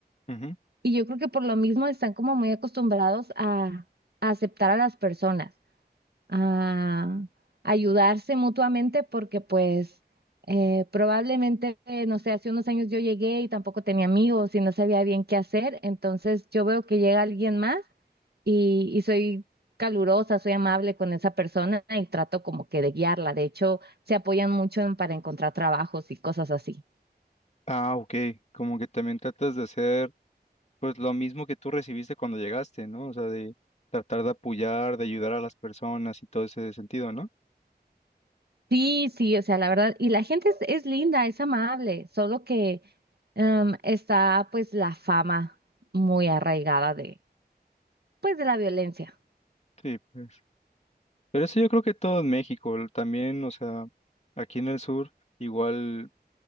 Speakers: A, on the left (about 40°); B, on the right (about 70°).
A: Ujú.
B: y yo creo que por lo mismo están como muy acostumbrados a, a aceptar a las personas, a ayudarse mutuamente, porque pues eh, probablemente, eh, no sé, hace unos años yo llegué y tampoco tenía amigos y no sabía bien qué hacer, entonces yo veo que llega alguien más y, y soy calurosa, soy amable con esa persona y trato como que de guiarla. De hecho, se apoyan mucho en- para encontrar trabajos y cosas así.
A: Ah, ok, como que también tratas de hacer pues lo mismo que tú recibiste cuando llegaste, ¿no? O sea, de tratar de apoyar, de ayudar a las personas y todo ese sentido, ¿no?
B: Sí, sí, o sea, la verdad, y la gente es, es linda, es amable, solo que em, está pues la fama muy arraigada de, pues de la violencia,
A: Sí, pues. Pero eso yo creo que todo en México, el- también, o sea, aquí en el sur, igual,